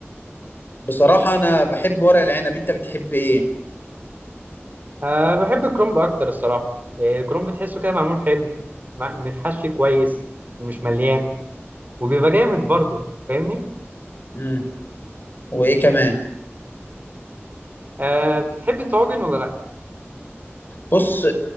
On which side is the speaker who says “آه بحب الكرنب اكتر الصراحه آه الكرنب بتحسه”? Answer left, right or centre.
Right